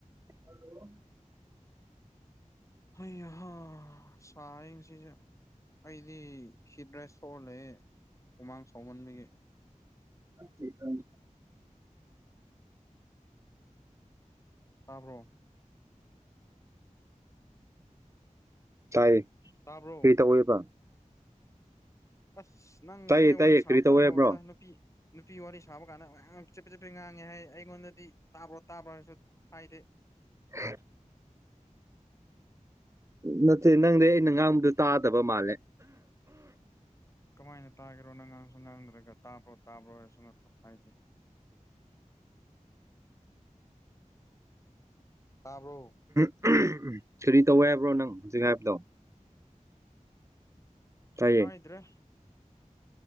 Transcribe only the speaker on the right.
ꯍꯜꯂꯣ
ꯑꯇꯩ ꯑꯗ
ꯇꯥꯏ
ꯀꯩ ꯇꯧꯋꯦꯕ
ꯇꯥꯏꯌꯦ ꯇꯥꯏꯌꯦ
ꯀꯔꯤ ꯇꯧꯋꯦ
ꯍꯥꯏꯕ꯭ꯔꯣ
<inaudible> ꯅꯠꯇꯦ ꯅꯪꯗꯤ ꯑꯩꯅ ꯉꯥꯡꯕꯗ ꯇꯥꯗꯕ ꯃꯥꯜꯂꯦ
ꯎꯝ ꯁꯤꯔꯤ ꯇꯧ ꯍꯥꯏꯕ꯭ꯔꯣ ꯅꯪ ꯍꯧꯖꯤꯛ ꯍꯥꯏꯕꯗꯣ ꯇꯥꯏꯌꯦ